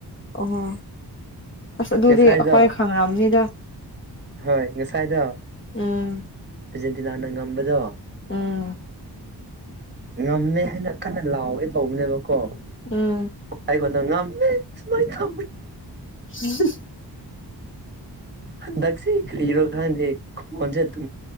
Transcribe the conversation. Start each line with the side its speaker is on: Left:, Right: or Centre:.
Left: ꯑꯣꯍꯣ ꯑꯁ ꯑꯗꯨꯗꯤ
Right: ꯉꯁꯥꯏꯗꯣ
Left: ꯍꯣꯏ ꯈꯪꯑꯕꯅꯤꯗ
Right: ꯍꯣꯏ ꯉꯁꯥꯏꯗꯣ
Left: ꯎꯝ
Right: ꯑꯔꯖꯦꯟꯇꯤꯅꯥꯅ ꯉꯝꯕꯗꯣ
Left: ꯎꯝ
Right: ꯉꯝꯃꯦ ꯍꯥꯏꯅ ꯀꯟꯅ ꯂꯥꯎꯋꯦ ꯇꯧꯕꯅꯦꯕ ꯀꯣ
Left: ꯎꯝ
Right: ꯑꯩꯉꯣꯟꯗ ꯉꯝꯃꯦ ꯁꯨꯃꯥꯏ ꯇ
Left: <inaudible>
Right: ꯍꯟꯗꯛꯁꯤꯦ ꯈꯔꯣ ꯈꯥꯟꯗꯦ ꯀꯣꯟꯁꯦ ꯇꯨ